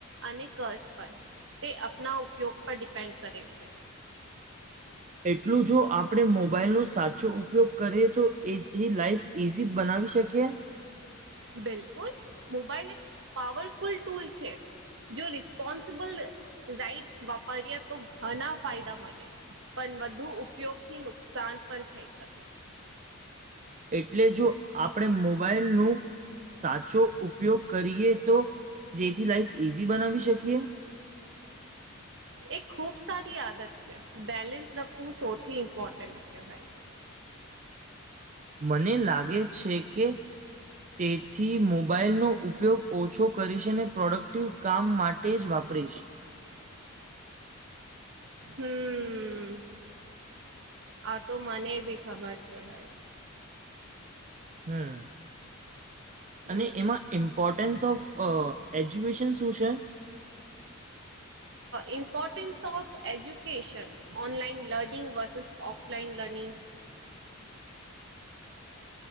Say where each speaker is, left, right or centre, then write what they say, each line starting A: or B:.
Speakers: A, on the right; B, on the right.
A: અને ક્રશ પણ તે આપના ઉપયોગ પર ડિપેન્ડ કરે છે.
B: એટલું જો આપણે મોબાઈલનો સાચો ઉપયોગ કરીએ તો એથી લાઈફ ઇઝી બનાવી આવી શકી.
A: બિલકુલ, મોબાઈલ એક પાવરફુલ ટુલ છે. જો રિસ્પોન્સિબલ રાઈટ વાપરીએ તો ઘણા ફાયદા મળે. પણ વધુ ઉપયોગથી નુકસાન પણ થઈ શકે.
B: એટલે જો આપણે મોબાઈલનું સાચો ઉપયોગ કરીએ તો, તેથી લાઈફ ઇઝી બનાવી શકીએ. <unintelligible>
A: એ ખૂબ સારી આદત છે. બેલેન્સ લખવું સૌથી ઇમ્પોર્ટન્ટ છે, ભાઈ.
B: મને લાગે છે કે. તેથી મોબાઈલનો ઉપયોગ ઓછો કરીશ અનેને પ્રોડક્ટિવ કામ માટે જ વાપરીશ.
A: હમ. આ તો મને ભી ખબર છે, ભાઈ.
B: હમ.
A: હમ
B: અને એમાં ઇમ્પોર્ટન્સ ઓફ એજ્યુકેશન શું છે?
A: Importance of education, online learning versus offline learning.
B: <unintelligible>